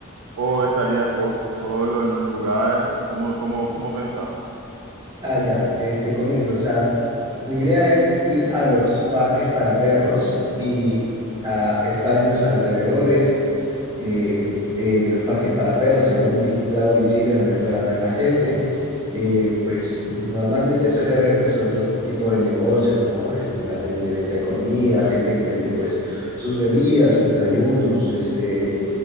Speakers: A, on the right (about 85°); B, on the right (about 15°).
A: o estarías vos solo en un lugar, ¿cómo, cómo, cómo pensás?
B: Ah, ya, eh, te comento, o sea, mi idea es ir a los parques para perros y a estar en los alrededores eh, eh, de los parques para perros, en algún vis- lado visible donde me pueda ver la gente. Eh, pues normalmente suele haber pues otro tipo de negocios, ¿no? Este, también de venta de comida, gente que vende pues sus bebidas, sus desayunos, este